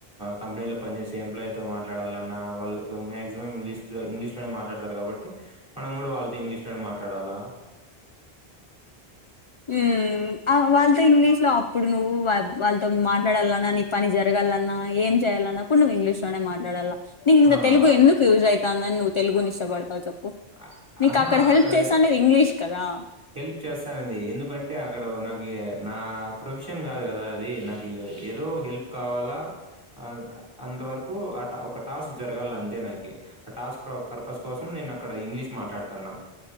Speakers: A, on the right; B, on the left.
A: కంపెనీలో పని చేసే ఎంప్లాయీతో మాట్లాడాల న్నా వాళ్ళు మాక్సిమం ఇంగ్లీష్ లో ఇంగ్లీష్ లోనే మాట్లాడతారు కాబట్టి మనం కూడా వాళ్ళతో ఇంగ్లీష్ లోనే మాట్లాడాలా
B: హ్మ్ వాళ్ళతో ఇంగ్లీష్ లో ఇప్పుడు నువ్వు వాళ్ళతో మాట్లాడాలన్నా నీ పని జరగాలన్నా ఏం చేయాలన్నా కూడా నువ్వు ఇంగ్లీష్ లోనే మాట్లాడాల నీకు ఇంక
A: ఆ
B: తెలుగు
A: అక్
B: ఎందుకు యూస్ అయితాందని ను తెలుగుని ఇష్టపడతావ్ చెప్పు
A: అ-
B: నీకు
A: ఆహా
B: అక్కడ హెల్ప్
A: అక్కడే
B: చేస్తాంది ఇంగ్లీష్ కదా
A: హెల్ప్ చేస్తానంది ఎందుక్ కంటే అక్కడ నాకి నా ప్రొఫ్షన్ గాదు గదా అది నాకు ఏ ఏదో హెల్ప్ కావాలా అ అంతవరకు అట్ట ఒక టాస్క్ జరగాల్లంతే నాకి అ టాస్క్రో పర్పస్ కోసం నిన్నక్కడ ఇంగ్లీష్ మాట్లాడ్తన్నా